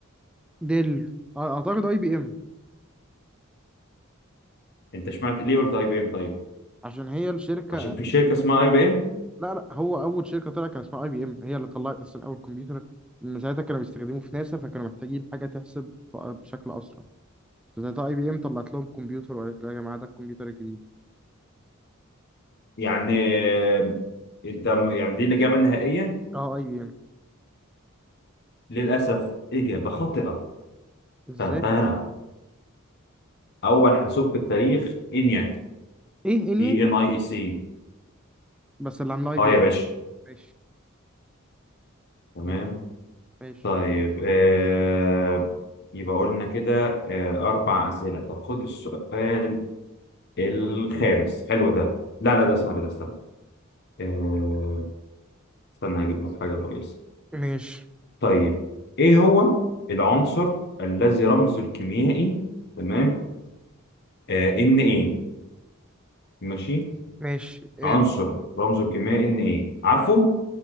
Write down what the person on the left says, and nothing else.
انت سمعت ليه قلت اي بي ام طيب؟
عشان في شركة اسمها اي بي ام
يعني آه، انت م- يعني دي الإجابة النهائية؟
للأسف إجابة خاطئة
تنتهرها اول حاسوب في التاريخ انياك
اي ان اي اي سي
اه
يا
باشا
تمام
طيب آه يبقى قلنا كده آه اربع اسئله طب خد السؤال الخامس حلو ده لا لا ده سهل ده استنى آه استنى هجيب لك حاجه كويسه
طيب ايه هو العنصر الذي رمزه الكيميائي تمام آه ان ايه ماشي
عنصر رمزه الكيميائي ان ايه عارفه